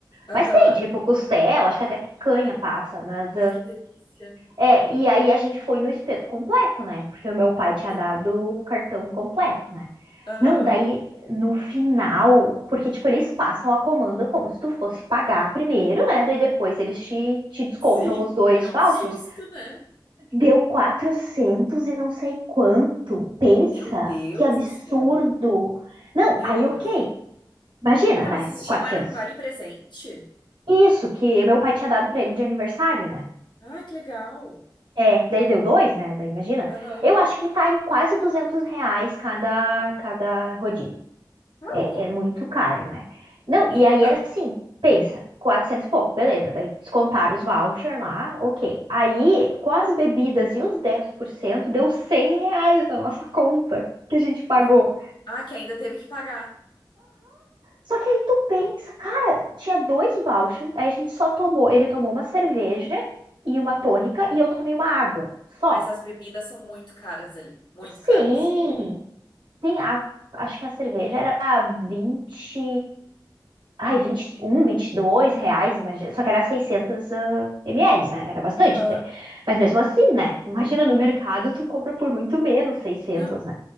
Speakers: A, on the left; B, on the right.
A: Aham.
B: mas tem, tipo costela, acho que até picanha passa, mas
A: Ai, que delícia.
B: é, e aí a gente foi no espeto completo, né? Porque o meu pai tinha
A: Sim.
B: dado o cartão completo, né?
A: Aham.
B: Não, daí no final, porque tipo, eles passam a comanda como se tu fosse pagar primeiro, né? Daí depois eles te, te descontam
A: Sim,
B: os dois
A: é um
B: vouchers.
A: susto, né?
B: Deu 400 e não sei quanto. Pensa,
A: Meu Deus
B: que absurdo.
A: do céu.
B: Não,
A: Meu
B: aí
A: Deus.
B: ok. Imagina,
A: Ah,
B: né?
A: mas vocês tinham
B: 400.
A: era um vale presente?
B: Isso que meu pai tinha dado pra ele de aniversário, né?
A: Ai, que legal.
B: É, daí deu dois, né? Daí imagina.
A: Aham.
B: Eu acho que tá em quase 200 reais cada, cada rodízio.
A: Tá
B: É,
A: louco.
B: é muito caro, né? Não,
A: Muito
B: e aí
A: caro.
B: assim, pensa, 400 e pouco, beleza. Daí descontaram os vouchers lá, ok. Aí, com as bebidas e os 10% deu 100 reais na nossa conta que a gente pagou.
A: Meu. Ah, que ainda teve que pagar.
B: Só que aí tu pensa, cara, tinha dois vouchers, aí a gente só tomou, ele tomou uma cerveja e uma tônica e eu tomei uma água. Só.
A: Mas as bebidas são muito caras ali. Muito
B: Sim,
A: caras.
B: Tem a, acho que a cerveja era 20 ai, um 21, dois reais, imagina, só que era 600 ah, ml, né? Era bastante
A: Aham.
B: até. Mas mesmo assim, né? Imagina no mercado tu compra por muito menos seiscentos
A: Não.
B: né?